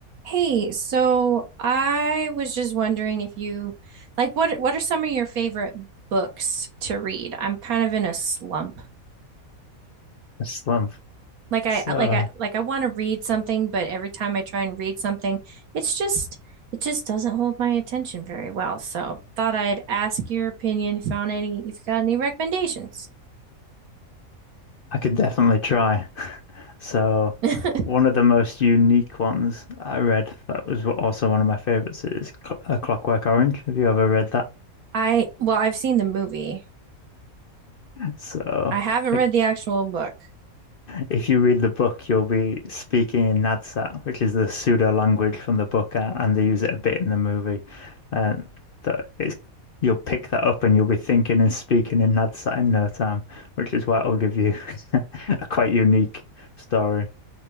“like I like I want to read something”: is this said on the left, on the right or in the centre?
Right